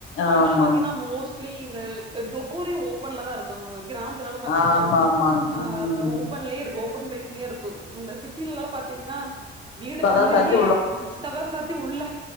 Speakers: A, on the left; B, on the right.
A: ஆமாங்க
B: அங்களா பாத்தீங்கன்னா மோஸ்ட் லி இந்த டோரே ஓப்பன்ல தா இருக் <unintelligible> கிராம்த்லளா பாத்தீங்கன்னா
A: ஆமா ஆமாங்க
B: அ
A: ம்
B: ஓப்பன்லே இருக்கு ஓப்பன் பிளேஸ் லே இருக்கு இந்த சிட்டிலல்லா பாத்தீங்கன்னா வீடுக்குள்ளயே
A: இப்பதான் சாத்தி
B: கதவ சாத்தி உள்ள